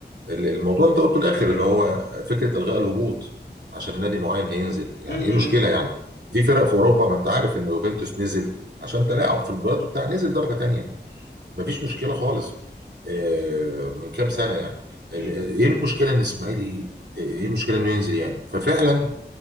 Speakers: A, on the right (about 70°); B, on the left (about 70°).
A: ال- الموضوع اللي انت قلته الاخر اللي هو فكره الغاء الهبوط عشان نادي معين هينزل يعني
B: امم
A: ايه المشكله
B: امم
A: يعني في فرق في اوروبا ما انت عارف ان يوفنتوس نزل عشان تلاعب في المباريات وبتاع نزل درجه تانية مفيش مشكله خالص آه، من كام سنه يعني ال-
B: مم.
A: ايه المشكله ان اسماعيلي ايه المشكله انه ينزل يعني ففعلا